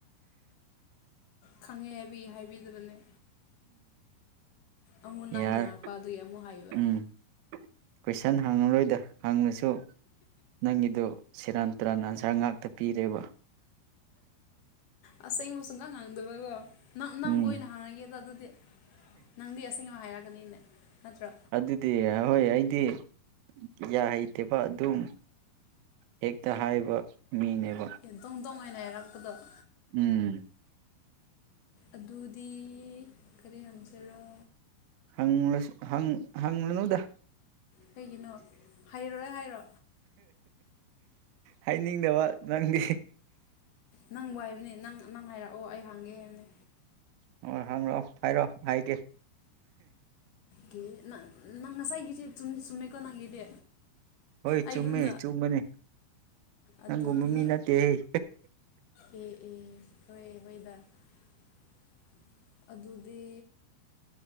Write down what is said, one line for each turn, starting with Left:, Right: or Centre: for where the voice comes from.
Left: ꯈꯪꯉꯦ ꯍꯥꯏꯕꯤ ꯍꯥꯏꯕꯤꯗꯕꯅꯦ ꯑꯃꯨꯛ ꯅꯪ
Right: ꯌꯥꯔ
Left: ꯍꯥꯡꯉꯛꯄ ꯑꯗꯨꯏ ꯑꯃꯨꯛ ꯍꯥꯏꯕ
Right: ꯎꯝ ꯀꯣꯏꯁꯟ ꯍꯪꯉꯔꯣꯏꯗ ꯍꯪꯉꯁꯨ ꯅꯪꯒꯤꯗꯨ ꯁꯦꯔꯥꯟ ꯇꯨꯔꯥꯟ ꯑꯟꯁꯥꯔ ꯉꯥꯛꯇ ꯄꯤꯔꯦꯕ
Left: ꯑꯁꯦꯡ ꯃꯁꯨꯗꯥꯡ ꯉꯥꯡꯗꯕꯣ ꯅꯪ ꯅꯪꯕꯨ
Right: ꯎꯝ
Left: ꯑꯣꯏꯅ ꯍꯥꯡꯉꯒꯦꯗ ꯑꯗꯨꯗꯤ ꯅꯪꯗꯤ ꯑꯁꯦꯡꯕ ꯍꯥꯏꯔꯛꯀꯅꯤꯅꯦ ꯅꯠꯇ꯭ꯔꯣ
Right: ꯑꯗꯨꯗꯤ ꯍꯣꯏ ꯑꯩꯗꯤ ꯌꯥ ꯍꯩꯇꯦꯕ ꯑꯗꯨꯝ ꯍꯦꯛꯇ ꯍꯥꯏꯕ ꯃꯤꯅꯦꯕ
Left: <unintelligible>
Right: ꯎꯝ
Left: ꯑꯗꯨꯗꯤ ꯀꯔꯤ ꯍꯪꯁꯤꯔꯣ
Right: ꯎꯝ ꯍꯁꯨ ꯍꯪ ꯍꯪꯅꯗ
Left: ꯀꯩꯒꯤꯅꯣ ꯍꯥꯏꯔꯣꯏ ꯍꯥꯏꯔꯣ
Right: ꯍꯥꯏꯅꯤꯡꯗꯕ ꯅꯪꯗꯤ
Left: ꯅꯪꯕꯨ ꯍꯥꯏꯕꯅꯦ ꯅꯪ ꯅꯪ ꯍꯥꯏꯔꯛꯑꯣ ꯑꯩ ꯍꯥꯡꯒꯦ ꯍꯥꯏꯕꯅꯤ
Right: ꯑꯣꯏ ꯍꯪꯑꯣ ꯍꯥꯏꯔꯣ ꯍꯥꯏꯒꯦ
Left: ꯀꯦ ꯅꯪ ꯅꯪ ꯉꯁꯥꯏꯒꯤꯁꯦ ꯆꯨꯝꯗꯤ ꯆꯨꯝꯃꯦꯀꯣ ꯅꯪꯒꯤꯗꯤ
Right: ꯍꯣꯏ
Left: ꯑꯩꯒꯨꯝꯅ
Right: ꯆꯨꯝꯃꯦ ꯆꯨꯝꯕꯅꯤ ꯅꯪꯒꯨꯝꯕ
Left: ꯑꯗꯨꯗꯤ
Right: ꯃꯤ ꯅꯠꯇꯦꯍꯩ
Left: ꯑꯦ ꯑꯦ ꯍꯣꯏ ꯍꯣꯏꯗ <unintelligible> ꯑꯗꯨꯗꯤ